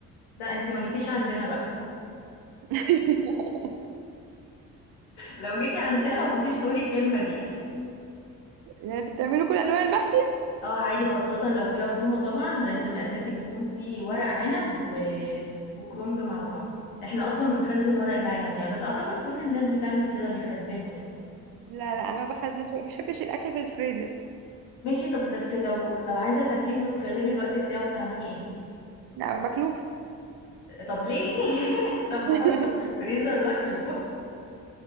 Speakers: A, on the left; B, on the right.
A: لأ أنتِ ما جيتيش عندنا بقى.
B: <laughs>
A: لو جيتي عندنا ما كنتيش تقولي الكلمة دي
B: يعني انتوا بتعملوا كل انواع المحشي
A: اه عادي خاصة لو في عزومة طبعا لازم أساسي بيكون في ورق عنب و... وكرنب مع بعض احنا أصلا بنخزن ورق العنب يعني بس أعتقد كل الناس بتعمل كده بيخزنوا يعني
B: لا لا انا ما بخزنش ما بحبش الاكل في الفريزر
A: ماشي طب بس لو لو عايزة تكليف في غير الوقت بتاعه بتعملي ايه؟
B: لا ما باكلوش
A: طب ليه <laughs> طب ما
B: <laughs>
A: احطه في الفريزر واكله